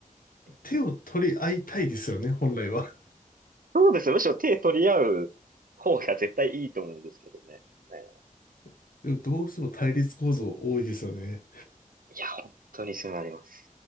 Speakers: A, on the right (about 80°); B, on the left (about 80°).
A: ね。
B: 手を取り合いたいですよね、本来は。
A: そうですね。むしろ手取り合う方が絶対いいと思うんですけどね。ね
B: <laughs> でもどうしても対立構造多いですよね。
A: いや、本当にそうなります。